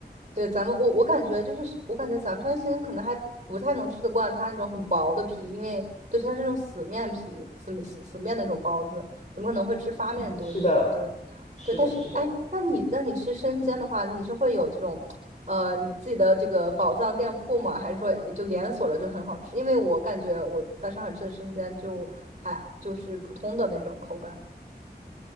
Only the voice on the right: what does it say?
对，咱们我我感觉就是，我感觉咱们山西人可能还不太能吃得惯它那种很薄的皮，因为就是它是那种死面皮、死死死面那种包子，怎么可能会吃发面多一些。
对，
对，但是哎，
那你那你吃生煎的话，你是会有这种呃你自己的这个宝藏店铺吗？还是说也就连锁了就很好吃？因为我感觉我在上海吃的生煎就还就是普通的那种口感。